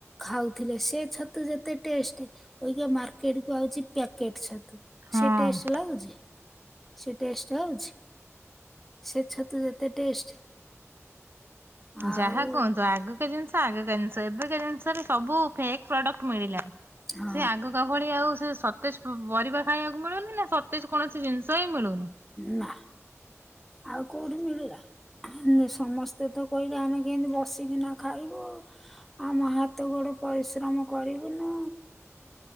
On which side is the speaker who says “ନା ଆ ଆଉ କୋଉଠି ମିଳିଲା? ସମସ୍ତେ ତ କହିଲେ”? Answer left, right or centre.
Centre